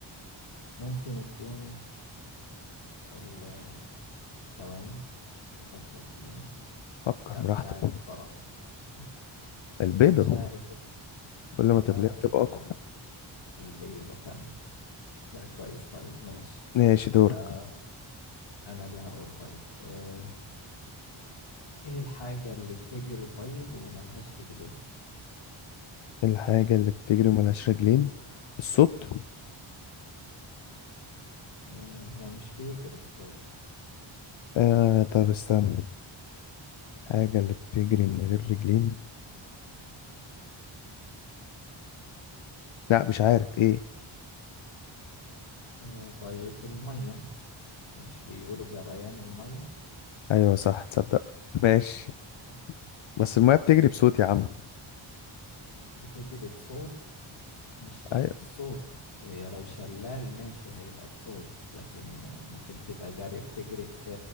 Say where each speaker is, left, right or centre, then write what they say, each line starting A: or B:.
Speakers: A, on the left (about 80°); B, on the left (about 70°).
A: ممكن يكون ال- ثواني بفكر فيها
B: فكر
A: لا
B: براحتك
A: مش عارف صراحة <laughs>
B: البيضه
A: مش عارف
B: كل ما تغليها
A: اه
B: بتبقى
A: البيضة
B: اقوى
A: البيضة فعلا لا كويس طيب ماشي
B: ماشي دورك
A: يبقى انا اللي هقول طيب آه، ايه الحاجة اللي بتجري طيب وملهاش رجلين
B: إيه الحاجه اللي بتجري ملهاش رجلين الصوت
A: آه، هو مش بيجري الصوت
B: آه طب استنى الحاجه اللي بتجري من غير رجلين لا مش عارف ايه
A: آه، طيب المية مش بيقولوا جريان المية
B: ايوه صح تصدق ماشي
A: آه،
B: بس الميه بتجري بصوت
A: يلا.
B: يا عم
A: بتجري بصوت مش شرط
B: ايوه
A: الصوت هي لو شلال ماشي هيبقى بصوت لكن ممكن تبقى جاري بتجري في